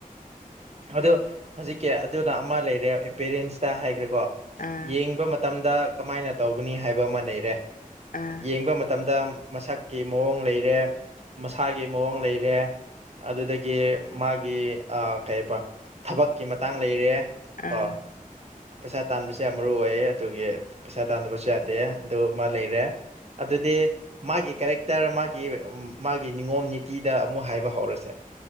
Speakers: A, on the right; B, on the left.
A: ꯑꯗ ꯍꯧꯖꯤꯛꯀꯤ ꯑꯗꯨꯅ ꯑꯃ ꯂꯩꯔꯦ ꯑꯦ ꯄꯦꯔꯦꯟꯁꯇ ꯍꯥꯏꯈ꯭ꯔꯦꯀꯣ
B: ꯑꯥ
A: ꯌꯦꯡꯕ ꯃꯇꯝꯗ ꯀꯃꯥꯏꯅ ꯇꯧꯒꯅꯤ ꯍꯥꯏꯕ ꯑꯃ ꯂꯩꯔꯦ
B: ꯑꯥ
A: ꯌꯦꯡꯕ ꯃꯇꯝꯗ ꯃꯁꯛ ꯀꯤ ꯃꯑꯣꯡ ꯂꯩꯔꯦ ꯃꯁꯥꯒꯤ ꯃꯑꯣꯡ ꯂꯩꯔꯦ ꯑꯗꯨꯗꯒꯤ ꯃꯥꯒꯤ ꯑꯥ ꯀꯩꯑꯕ ꯊꯕꯛꯀꯤ ꯃꯇꯥꯡ ꯂꯩꯔꯦ
B: ꯑꯥ
A: ꯑꯣ ꯄꯩꯁꯥ ꯇꯥꯟꯕꯁꯦ ꯌꯥꯝ ꯃꯔꯨꯑꯣꯏꯑꯦ ꯑꯗꯨꯒꯤ ꯄꯩꯁꯥ ꯇꯥꯟꯗꯕꯁꯨ ꯌꯥꯗꯦ ꯑꯗꯨ ꯃꯥ ꯂꯩꯔꯦ ꯑꯗꯨꯗꯤ ꯃꯥꯒꯤ ꯀꯦꯔꯦꯛꯇꯔ ꯃꯥꯒꯤ ꯃꯥꯒꯤ ꯅꯤꯉꯣꯝ ꯅꯤꯇꯤꯗ ꯑꯃꯨꯛ ꯍꯥꯏꯕ ꯍꯧꯔꯁꯦ